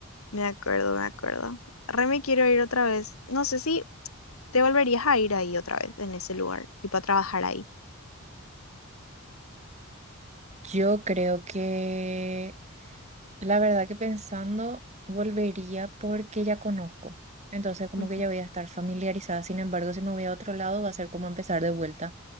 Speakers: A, on the left; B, on the right.
A: Me acuerdo, me acuerdo. Re me quiero ir otra vez. No sé si te volverías a ir ahí otra vez, en ese lugar, y para trabajar ahí.
B: Yo creo que La verdad que pensando, volvería porque ya conozco. Entonces, como
A: Ujú,
B: que ya voy a estar familiarizada. Sin embargo, si me voy a otro lado, va a ser como empezar de vuelta.